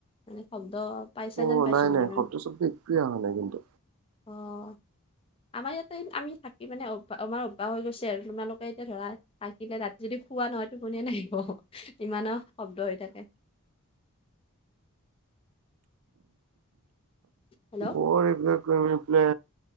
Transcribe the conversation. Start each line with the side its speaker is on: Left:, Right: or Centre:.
Left: মানে শব্দ পাইছা
Right: অ'
Left: যেন পাইছোঁ
Right: নাই
Left: মানে
Right: নাই
Left: মানে।
Right: শব্দ শব্দ একোৱে অহা নাই কিন্তু।
Left: অ' আমাৰ ইয়াতে আমি থাকি মানে অভ্যাস আমাৰ অভ্যাস হৈ গৈছে আৰু তোমালোকে এতিয়া ধৰা খাই কিনে ৰাতি যদি শুৱা নহয় টোপনিয়ে নাহিব, ইমানো শব্দ হৈ থাকে। হেল্ল'
Right: অ' এইবোৰ গৈ ইপিলে